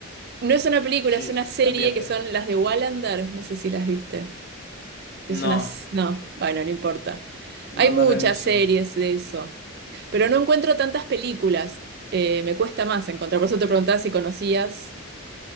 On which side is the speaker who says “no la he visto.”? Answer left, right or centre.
Left